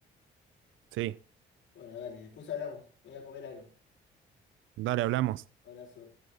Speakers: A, on the right (about 80°); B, on the left (about 70°).
A: Sí,
B: Bueno, dale, después hablamos. Voy a comer algo.
A: dale, hablamos.
B: Abrazo.